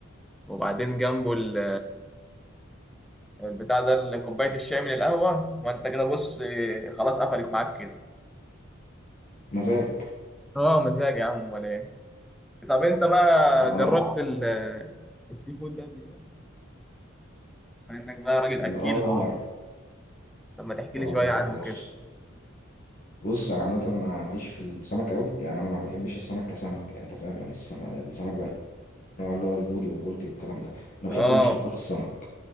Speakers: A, in the centre; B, on the left.
A: وبعدين جنبه ال- البتاع ده كوبايه الشاي من القهوه وانت كده بص خلاص قفلت معاك كده
B: مزاج
A: اه مزاج يا عم ولا ايه طب انت بقى
B: اه
A: جربت ال- السي فود ده قبل كده مع انك بقى راجل
B: ال-
A: اكيل
B: اه طبعا
A: طب ما تحكي
B: اه
A: لي شويه
B: طبعا
A: عنه
B: بس
A: كده
B: بص انا عامه انا ماليش في السمك قوي يعني انا ما بحبش السمك كسمك انت فاهم يعني السمك السمك النوع اللي هو البوري والبولتي والكلام ده انا بحب
A: اه
B: مشتقات السمك